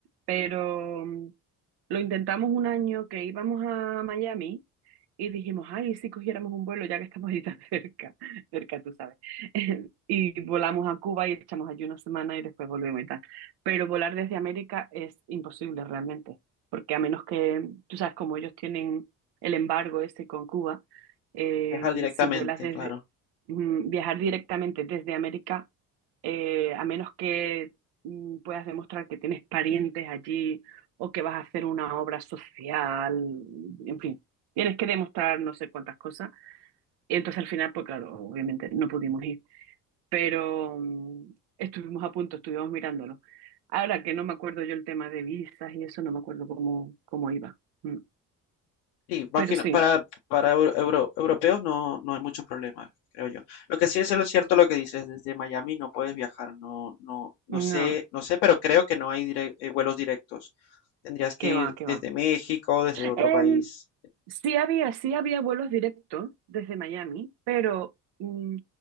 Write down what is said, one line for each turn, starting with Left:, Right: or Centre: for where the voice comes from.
Right: pero... mm, Lo intentamos un año que íbamos a Miami y dijimos, ay, ¿y si cogiéramos un vuelo ya que estamos ahí tan cerca, <laughs> cerca, tú sabes. <laughs> Y volamos a Cuba y echamos allí una semana y después volvemos y tal. Pero volar desde América es imposible realmente, porque a menos que, tú sabes, como ellos tienen el embargo este con Cuba, eh,
Left: viajar directamente,
Right: si vuelas desde,
Left: claro.
Right: mm, viajar directamente desde América, eh, a menos que mm, puedas demostrar que tienes parientes allí o que vas a hacer una obra social, en fin, tienes que demostrar no sé cuántas cosas. Y entonces al final, pues claro, obviamente no pudimos ir, pero mm, estuvimos a punto, estuvimos mirándolo. Ahora que no me acuerdo yo el tema de visas y eso, no me acuerdo cómo, cómo iba. Mm.
Left: Sí, imagino,
Right: Pero sí,
Left: para, para eu- euro- europeos no, no hay muchos problemas, creo yo. Lo que sí es lo cierto lo que dices, desde Miami no puedes viajar, no, no, no
Right: no,
Left: sé, no sé, pero creo que no hay direc- eh, vuelos directos. Tendrías que
Right: que
Left: ir
Right: va, que
Left: desde
Right: va.
Left: México, desde otro
Right: Em,
Left: país.
Right: sí había, sí había vuelos directos desde Miami, pero mm,